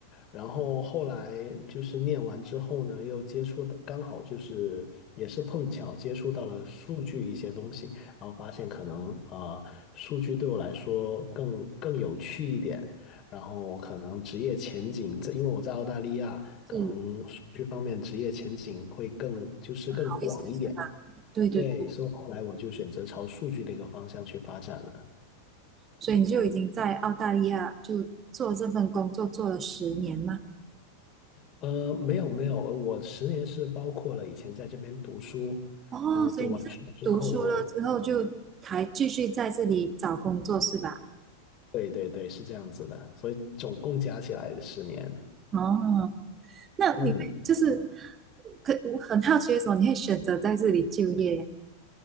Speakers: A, on the left (about 35°); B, on the right (about 25°).
A: 然后后来就是念完之后呢，又接触的刚好就是也是碰巧接触到了数据一些东西，然后发现可能啊、呃数据对我来说更更有趣一点，然后可能职业前景，这因为我在澳大利亚，可能数据方面职业前景会更就是更广一点。
B: 是好一些是吧？对对对，
A: 对，所以后来我就选择朝数据的一个方向去发展了。
B: 所以你就已经在澳大利亚就做这份工作做了十年吗？
A: 呃，没有没有，呃我十年是包括了以前在这边读书，
B: 哦，
A: 然后读完书之后，
B: 所以你是读书了之后就还继续在这里找工作是吧？
A: 对对对，是这样子的，所以总共加起来的十年，
B: 哦，那你就是
A: 嗯。
B: 可我很好奇为什么你会选择在这里就业呀？